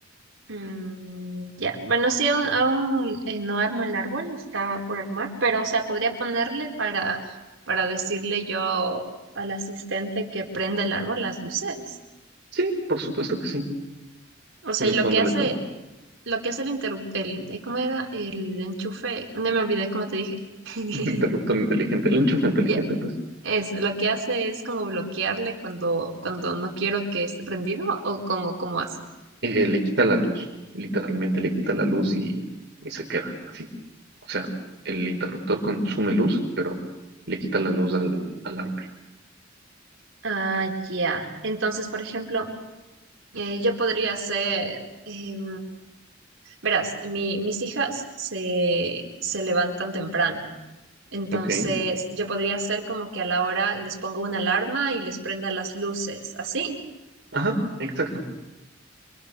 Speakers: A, on the right; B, on the right.
A: Mm, ya, Bueno, sí, aún, aún, eh, no armo el árbol, está por armar, pero o sea, podría ponerle para, para decirle yo al asistente que prenda el árbol las luces.
B: Sí, por supuesto que sí.
A: O sea,
B: Conectándole
A: y lo que hace,
B: todo.
A: lo que hace el interruptor, el, eh, ¿cómo era? El enchufe, no me olvidé cómo te dije.
B: <laughs>
A: <laughs>
B: El interruptor inteligente, el enchufe inteligente,
A: Ya,
B: pues.
A: Es, lo que hace es como bloquearle cuando, cuando no quiero que esté prendido o como, cómo cómo hace.
B: eh, le quita la luz. Literalmente le quita la luz y, y se queda así. O sea, el interruptor consume luz, pero le quita la luz al, al árbol.
A: Ah, ya. Entonces, por ejemplo. Eh, yo podría ser, em, verás, mi- mis hijas se, se levantan temprano, entonces
B: Ok.
A: yo podría ser como que a la hora les pongo una alarma y les prenda las luces, así.
B: Ajá, exacto.